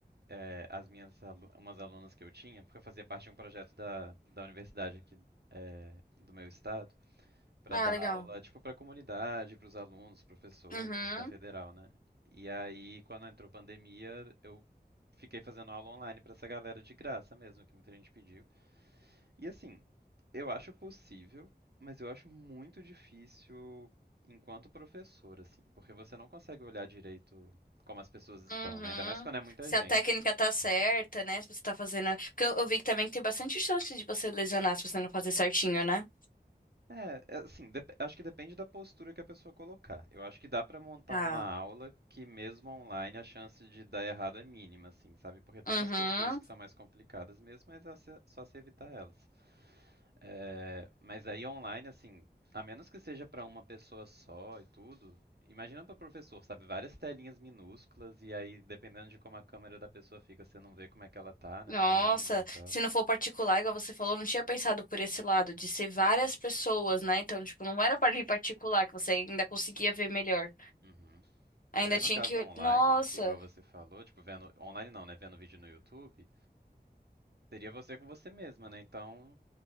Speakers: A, on the right; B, on the left.
A: é, as minhas alu- umas alunas que eu tinha, porque eu fazia parte de um projeto da, da universidade aqui é, do meu estado, para
B: Ah,
A: dar
B: legal.
A: aula tipo para a comunidade, para os alunos, professores
B: Uhum,
A: da federal, né? E aí, quando entrou pandemia, eu fiquei fazendo aula online para essa galera de graça mesmo, que muita gente pediu. E assim, eu acho possível, mas eu acho muito difícil enquanto professor, assim, porque você não consegue olhar direito como as pessoas estão,
B: uhum.
A: né? Ainda mais quando é muita
B: Se
A: gente.
B: a técnica tá certa, né? Se você tá fazendo. Porque eu, eu vi que também tem bastante chance de você lesionar se você não fazer certinho, né?
A: É, é, assim, dep- acho que depende da postura que a pessoa colocar. Eu acho que dá pra montar
B: Ah,
A: uma aula que mesmo online a chance de dar errado é mínima, assim, sabe? Porque tem
B: Uhum.
A: umas posturas que são mais complicadas mesmo, mas é só se evitar elas. É, mas aí online, assim, a menos que seja para uma pessoa só e tudo, imagina para professor, sabe? Várias telinhas minúsculas e aí, dependendo de como a câmera da pessoa fica, você não vê como é que ela tá, né,
B: Nossa,
A: no ângulo e tal.
B: se não for particular, igual você falou, eu não tinha pensado por esse lado, de ser várias pessoas, né? Então, tipo, não era para ir particular que você ainda conseguia ver melhor.
A: Uhum. Mas
B: Ainda
A: aí no
B: tinha
A: caso
B: que.
A: online,
B: Nossa,
A: igual você falou, tipo, vendo. Online não, né? Vendo vídeo no YouTube, seria você com você mesma, né? Então